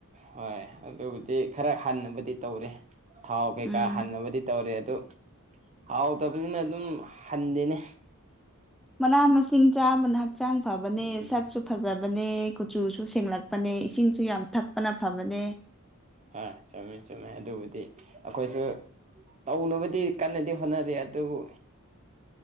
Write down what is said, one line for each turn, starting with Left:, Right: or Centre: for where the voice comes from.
Right: ꯍꯣꯏ ꯑꯗꯨꯕꯨꯗꯤ ꯈꯔ ꯍꯟꯅꯕꯨꯗꯤ ꯇꯧꯔꯦ ꯊꯥꯎ ꯀꯩꯀꯥ
Centre: ꯎꯝ
Right: ꯍꯟꯅꯕꯗꯤ ꯇꯧꯔꯦ ꯑꯗꯨ ꯍꯥꯎꯇꯕꯅꯤꯅ ꯑꯗꯨꯝ ꯍꯟꯗꯦꯅꯦ
Centre: ꯃꯅꯥ ꯃꯁꯤꯡ ꯆꯥꯕꯅ ꯍꯛꯆꯥꯡ ꯐꯕꯅꯦ
Right: ꯎꯝ
Centre: ꯁꯛꯁꯨ ꯐꯖꯕ ꯐꯕꯅꯦ ꯀꯨꯆꯨꯁꯨ ꯁꯦꯡꯂꯛꯄꯅꯦ ꯏꯁꯤꯡꯁꯨ ꯌꯥꯝ ꯊꯛꯄꯅ ꯐꯕꯅꯦ
Right: ꯍ ꯆꯨꯝꯃꯦ ꯆꯨꯝꯃꯦ ꯑꯗꯨꯕꯨꯗꯤ ꯑꯩꯈꯣꯏꯁꯨ ꯇꯧꯅꯕꯗꯤ ꯀꯟꯅꯗꯤ ꯍꯣꯠꯅꯔꯤ ꯑꯗꯨꯕꯨ